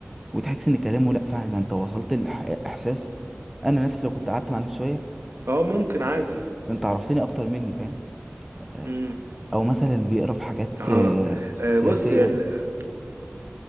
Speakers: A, in the centre; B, on the right.
A: وتحس ان كلامه لا فعلا ده انت وصلت لاحساس انا نفسي لو كنت قعدت مع نفسي شوية
B: اه ممكن عادي
A: ده انت عرفتني اكتر مني فاهم آه،
B: امم
A: او مثلا اللي بيقرا في حاجات
B: اه
A: آه،
B: آه،
A: سياسيه
B: بص يا ال...